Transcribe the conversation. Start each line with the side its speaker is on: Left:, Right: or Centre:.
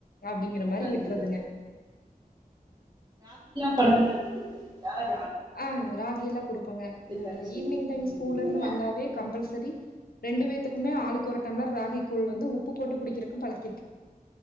Left: அப்டிங்கற மாரி
Right: நல்லது
Left: விட்றதுங்க
Right: கொழந்தைகள்க் குடுப்பீங்லா
Left: ஆ ராகி எல்லா குடுப்போங்க
Right: கஞ்சி
Left: ஈவினிங் டைம்
Right: ம்
Left: ஸ்கூல்லருந்து வந்தாவே கம்பல்சரி ரெண்டு பேத்துக்குமே ஆளுக்கு ஒரு டம்ளர் ராகி கூழ் குடித்து வந்து உப்பு போட்டு குடிக்கிறக்கு பலக்